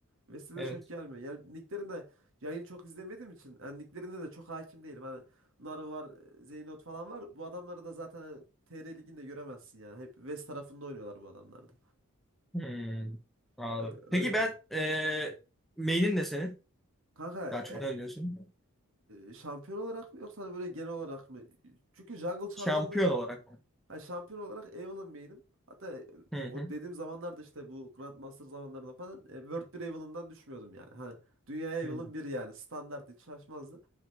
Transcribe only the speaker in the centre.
Evet.
Hmm, Anladım.
Peki ben
eee main'in ne senin?
Daha
çok ne oynuyorsun?
Şampiyon olarak.
Hı
hı.
Hı